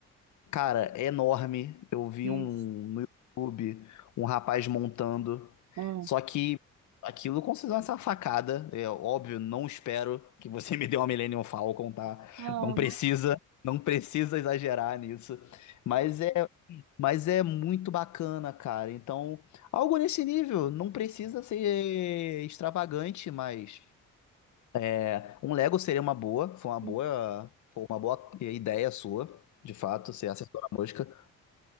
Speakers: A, on the left (about 70°); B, on the right (about 65°).
A: Cara, é enorme. Eu vi
B: isso.
A: um no YouTube, um rapaz montando.
B: Hum.
A: Só que aquilo considera uma facada. É óbvio, não espero que você <laughs> me dê uma Millennium Falcon, tá?
B: Ah,
A: Não precisa, não precisa exagerar nisso. Mas é, mas é muito bacana, cara. Então, algo nesse nível, não precisa ser extravagante, mas é, um Lego seria uma boa, foi uma boa,
B: imagina.
A: foi uma boa ideia sua, de fato, ser acertou na mosca.